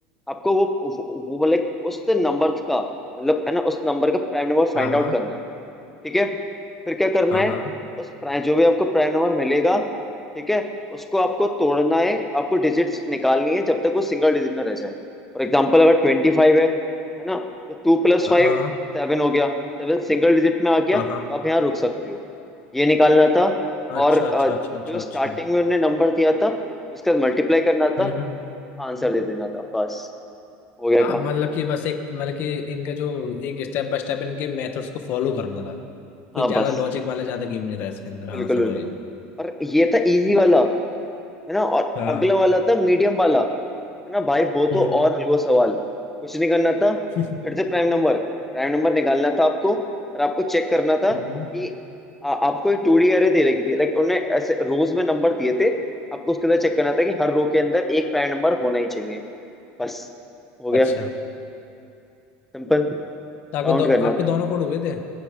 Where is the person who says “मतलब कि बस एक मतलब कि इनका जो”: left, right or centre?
Left